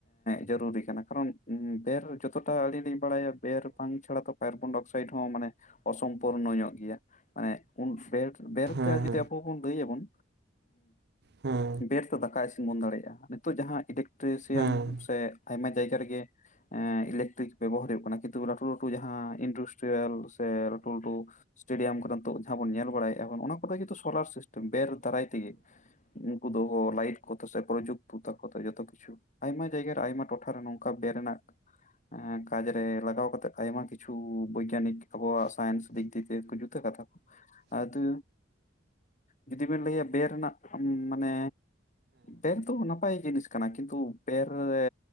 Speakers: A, on the left; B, on the right.
A: ᱡᱟᱹᱨᱩᱨᱤ ᱠᱟᱱᱟ ᱾ ᱠᱟᱨᱚᱱ ᱵᱮᱨ ᱡᱚᱛᱚ ᱛᱟ ᱟᱞᱤ ᱞᱤᱧ ᱵᱟᱲᱟᱭᱟ ᱯᱮ ᱨᱚᱠᱚᱢ ᱪᱷᱟᱲᱟ ᱛᱚ ᱠᱟᱨᱵᱚᱱ ᱰᱚᱠᱥ ᱥᱟᱭᱤᱰ ᱦᱚᱸ ᱢᱟᱱᱮ ᱚᱥᱚᱢᱯᱩᱨᱱᱚ ᱧᱚᱜ ᱜᱮᱭᱟ ᱾ ᱩᱱ ᱥᱮ ᱵᱮᱨ
B: ᱦᱮᱸ
A: ᱛᱮ ᱡᱫᱤ
B: ᱦᱮᱸ
A: ᱮᱯᱯᱚᱱ ᱞᱟᱹᱭ ᱟᱵᱚᱱ,
B: ᱦᱮᱸ
A: ᱵᱮᱨ ᱛᱮ ᱫᱟᱠᱟ ᱵᱚᱱ ᱫᱟᱲᱮᱭᱟᱜᱼᱟ ᱾ ᱱᱤᱛᱚᱜ ᱡᱟᱦᱟᱸ ᱤᱞᱮᱠᱴᱨᱤᱥᱤᱭᱟᱱ
B: ᱦᱮᱸ
A: ᱥᱮ ᱟᱭᱢᱟ ᱡᱟᱭᱜᱟ ᱨᱮᱜᱮ ᱤᱞᱮᱠᱴ ᱵᱮᱵᱚᱦᱟᱨ ᱦᱩᱭᱩᱜ ᱠᱟᱱᱟ ᱾ ᱠᱤᱱ ᱞᱟᱹᱴᱩ ᱞᱟᱹᱴᱩ ᱡᱟᱦᱟᱸ ᱤᱱᱰᱩᱥᱴᱨᱤᱭᱟᱞ ᱥᱮ ᱞᱟᱹᱴᱩ ᱞᱟᱹᱴᱩ ᱥᱴᱮᱰᱤᱭᱟᱢ ᱠᱚᱨᱮ ᱱᱤᱛᱳᱜ ᱡᱟᱦᱟᱸ ᱵᱚᱱ ᱧᱮᱞ ᱵᱟᱲᱟᱭ ᱵᱚᱱ ᱚᱱᱟ ᱠᱚᱫᱚ ᱡ ᱠᱤᱱᱛᱩ ᱥᱳᱞᱟᱨ ᱥᱤᱥ ᱵᱮᱨ ᱫᱟᱨᱟᱭ ᱛᱮᱜᱤ ᱩᱱᱠᱩ ᱫᱚ ᱞᱟᱭᱤᱴ ᱠᱚᱛᱮ ᱥᱮ ᱯᱨᱚᱡᱩᱠᱛᱚ ᱛᱟᱠᱚᱛᱮ ᱡᱚᱛᱚ ᱠᱤᱪᱷᱩ ᱟᱭᱢᱟ ᱡᱟᱭᱜᱟ ᱨᱮ ᱟᱭᱢᱟ ᱴᱚᱴᱷᱟᱨᱮ ᱱᱚᱝᱠᱟ ᱵᱮ ᱨᱮᱱᱟᱜ ᱮᱸ ᱠᱟᱡ ᱨᱮ ᱞᱟᱜᱟᱣ ᱠᱟᱛᱮ, ᱟᱭᱢᱟ ᱠᱤᱪᱷᱩ ᱵᱳᱭᱜᱟᱱᱤᱠ ᱟᱵᱚᱣᱟᱜ ᱥᱟᱭᱤᱱᱥ ᱫᱤᱠ ᱛᱤᱭᱮ ᱡᱩ ᱠᱟᱛᱷᱟ ᱠᱩ ᱟᱫᱚ ᱡᱩᱫᱤ ᱵᱤᱱ ᱞᱟᱹᱭᱟ ᱵᱮ ᱨᱮᱱᱟᱜ ᱢᱟᱱᱮ ᱯᱮᱱ ᱛᱚ ᱱᱟᱯᱟᱭ ᱡᱤᱱᱤᱥ᱾ ᱠᱟᱱᱟ, ᱠᱤᱱᱛᱩ ᱵᱮᱨ ᱨᱮ